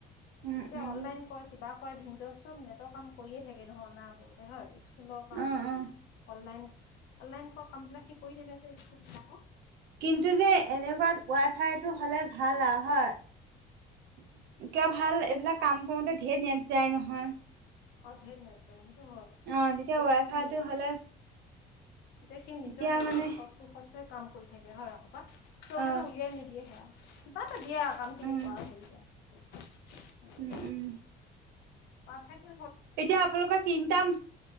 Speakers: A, on the right; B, on the left.
A: উম
B: এতিয়া
A: উম
B: অনলাইন কয় কিবা কয় ভিনদ' চব নেটৰ কাম কইয়ে থাকে দেহু অনাবতে হয়। সুল কাম,
A: উম উম
B: অনলাইন, অনলাইনক কাম বিলাক সি কই থাকে যে স্কুলবিলাক
A: কিন্তু যে, এনেকুৱাত ৱাই-ফাইটো হ'লে ভাল আউ হয়। কিয়
B: অ
A: ভাল এইভিলাক কাম কওঁতে ধেই নেট যায় নহয়।
B: আৰু ধেই নেট যায়। হয়
A: অ তেতিয়া
B: এতিয়া
A: ৱাই-ফাইটো
B: সি নি
A: হ'লে
B: এতিয়া সি
A: তেতিয়া
B: নিজৰ নেট
A: মানে
B: খিনি খচ কই খচ কই কাম কই থাকে হয়, বাত সিহঁতেটো
A: অ
B: উলিয়াই নিদিয়ে হেয়া। কিবাএটা দিয়ে আ কাম খিনি
A: উম
B: কয়া বিনিময়ত।
A: উম উম
B: ৱা-ফাইটো
A: এতিয়া আপোনালোক তিনটাম,